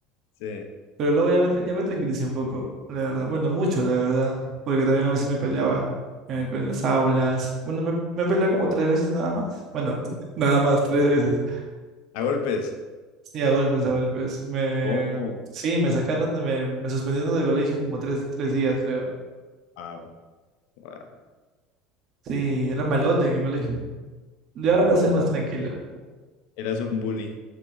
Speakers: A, on the left (about 70°); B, on the right (about 50°).
A: sí.
B: Pero luego ya me, tra- ya me tranquilicé un poco, la verdad. Bueno, mucho, la verdad. Porque también a veces me peleaba en, en las aulas. Bueno, me, me peleaba como tres veces nada más. Bueno, <laughs> nada más, tres veces.
A: A golpes.
B: Sí, a golpes, a golpes. Me,
A: ¿Cómo?
B: sí, me sacaron, de, me, me suspendieron del colegio como tres, tres días, creo.
A: Wow, wow.
B: Sí, era malote en el colegio. Y ahora soy más tranquila.
A: Eras un bully.